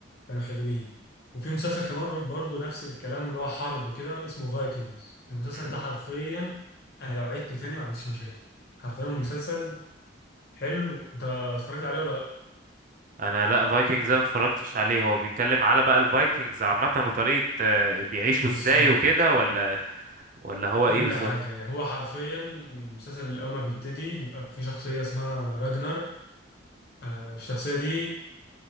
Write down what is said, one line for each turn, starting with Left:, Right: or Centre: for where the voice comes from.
Left: كانوا حلوين وفي مسلسل كمان برضو نفس الكلام اللي هو حرب وكده اسمه فايكنجز المسلسل
Right: مم.
Left: ده حرفيا انا لو عدته تاني ما عنديش مشاكل حرفيا مسلسل
Right: مم.
Left: حلو انت اتفرجت عليه ولا لا
Right: انا لا فايكنجز ما اتفرجتش عليه هو بيتكلم على بقى الفايكنجز عامه وطريقه آه، بيعيشوا
Left: بالظبط
Right: ازاي وكده ولا ولا هو
Left: كل
Right: ايه بالظبط
Left: حاجه يعني هو حرفيا المسلسل الاول ما بيبتدي بيبقى في شخصيه اسمها راجنر آه، الشخصيه دي